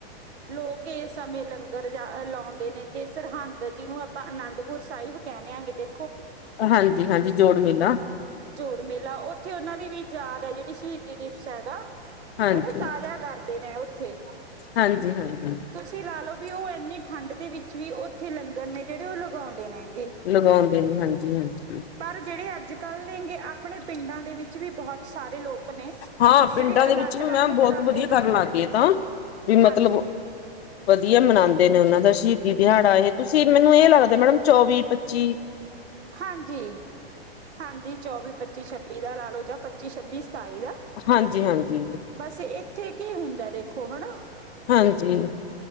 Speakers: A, on the right; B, on the left.
A: ਲੋਕ ਇਸ ਸਮੇਂ ਲੰਗਰ ਜਾ ਲਾਉਂਦੇ ਨੇ ਤੇ ਸਰਹੰਦ ਜਿਹਨੂੰ ਆਪਾਂ ਅਨੰਦਪੁਰ ਸਾਹਿਬ ਕਹਿਣਿਆਂਗੇ ਤੇ
B: ਹਾਂਜੀ-ਹਾਂਜੀ ਜੋੜ ਮੇਲਾ।
A: ਜੋੜ ਮੇਲਾ ਉੱਥੇ ਉਹਨਾਂ ਦੀ ਵੀ ਯਾਦ ਹੈ ਜਿਹੜੀ ਸ਼ਹੀਦੀ ਦਿਵਸ ਹੈਗਾ।
B: ਹਾਂਜੀ
A: ਉਹਨੂੰ ਤਾਜ਼ਾ ਕਰਦੇ ਨੇ ਉੱਥੇ
B: ਹਾਂਜੀ ਹਾਂਜੀ
A: ਤੁਸੀਂ ਲਾ ਲੋ ਵੀ ਉਹ ਇੰਨੀ ਠੰਡ ਦੇ ਵਿੱਚ ਵੀ ਉੱਥੇ ਲੰਗਰ ਨੇ ਜਿਹੜੇ ਉਹ ਲਗਾਉ ਦੇ ਨੇਗੇ।
B: ਲਗਾਉਂਦੇ ਨੇ ਹਾਂਜੀ ਹਾਂਜੀ
A: ਪਰ ਜਿਹੜੇ ਅੱਜ ਅੱਜ-ਕੱਲ੍ਹ ਨੇਗੇ ਆਪਣੇ ਪਿੰਡਾਂ ਦੇ ਵਿੱਚ ਵੀ ਬਹੁਤ ਸਾਰੇ ਜਿਹੜੇ ਲੋਕ ਨੇ,
B: ਹਾਂ
A: ਜਿਹੜੇ
B: ਪਿੰਡਾਂ ਦੇ
A: ਅਲੱਗ-ਅਲੱਗ
B: ਵਿੱਚ ਵੀ ਮੈਮ ਬਹੁਤ
A: ਤਰ੍ਹਾਂ
B: ਵਧੀਆ
A: ਦੇ ਲਾਉਂਦੇ
B: ਕਰਨ ਲੱਗ
A: ਨੇ।
B: ਗਏ ਤਾਂ ਵੀ ਮਤਲਬ
A: ਹਾਂਜੀ,
B: ਵਧੀਆ ਮਨਾਉਂਦੇ ਨੇ ਉਹਨਾਂ ਦਾ ਸ਼ਹੀਦੀ ਦਿਹਾੜਾ ਇਹ ਤੁਸੀਂ ਮੈਨੂੰ ਇਹ ਲੱਗਦਾ ਮੈਡਮ ਚੌਵੀ-ਪੱਚੀ
A: ਹਾਂਜੀ, ਹਾਂਜੀ ਚੌਵੀ, ਪੱਚੀ, ਛੱਬੀ ਦਾ ਲਾ ਲੋ ਜਾਂ ਪੱਚੀ ਛੱਬੀ ਸਤਾਈ ਦਾ,
B: ਹਾਂਜੀ ਹਾਂਜੀ
A: ਬਸ ਇੱਥੇ ਕੀ ਹੁੰਦਾ ਦੇਖੋ ਹੈਨਾ।
B: ਹਾਂਜੀ